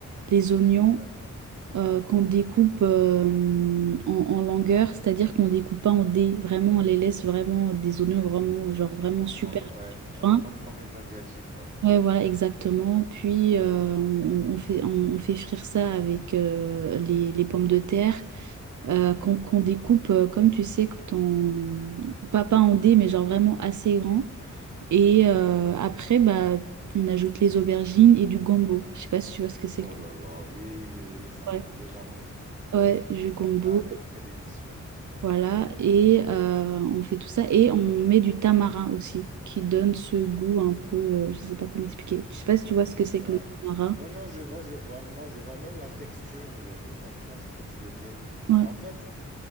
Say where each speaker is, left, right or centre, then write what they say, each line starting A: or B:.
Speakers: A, on the right (about 75°); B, on the right (about 25°).
A: les oignons
B: d'accord.
A: euh, qu'on découpe euh, en, en longueur, c'est-à-dire qu'on découpe pas en dés. Vraiment, on les laisse vraiment des oignons vraiment, genre vraiment super
B: On- ouais, ouais,
A: fins
B: comme, comme les Asiatiques, ouais.
A: Ouais, voilà, exactement. Puis, euh, on, on fait, on, on fait frire ça avec euh, les, les pommes de terre euh, qu'on qu'on découpe, euh, comme tu sais, quand on... Pas, pas en dés, mais genre vraiment assez grand. Et euh, après, bah, on ajoute les aubergines et du gombo. Je sais pas si tu vois ce que c'est.
B: Oh là là, oui, oui, oui, oui, ça me
A: Ouais,
B: donne déjà envie.
A: ouais, du gombo.
B: Ça a l'air très délicieux.
A: Voilà. Et euh, on fait tout ça. Et on met du tamarin aussi, qui donne ce goût un peu... euh, je sais pas comment expliquer. Je sais pas si tu vois ce que c'est
B: Ouais.
A: que le tamarin.
B: Non, non, je vois, je vois. Non, je vois même la texture, je, je comprends ce que tu veux dire.
A: Ouais.
B: En fait,